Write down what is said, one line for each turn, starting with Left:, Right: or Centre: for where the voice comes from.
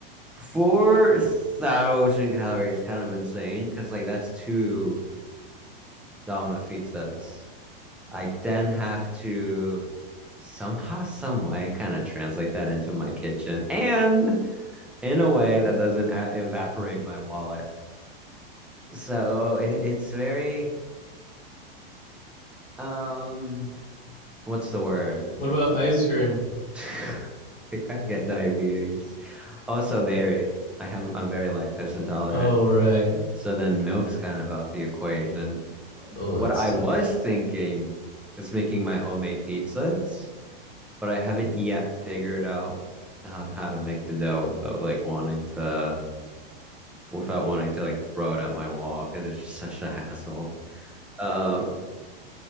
Centre: 4,000 calories, kind of insane because like that's two Domino's pizzas. I then have to somehow, some way, kind of translate that into my kitchen and in a way that doesn't a- evaporate my wallet. So it, it's very, um, what's the word?
Left: What about ice cream?
Centre: <laughs> I think I'd get diabetes. Also, dairy. I have, I'm very lactose intolerant.
Left: Oh right.
Centre: So then milk's kind of out the equation.
Left: Oh,
Centre: What
Left: that's
Centre: I
Left: tough.
Centre: was thinking was making my homemade pizzas but I haven't yet figured out on how to make the dough without like wanting to without wanting to like throw it at my wall because it's just such a hassle. Um,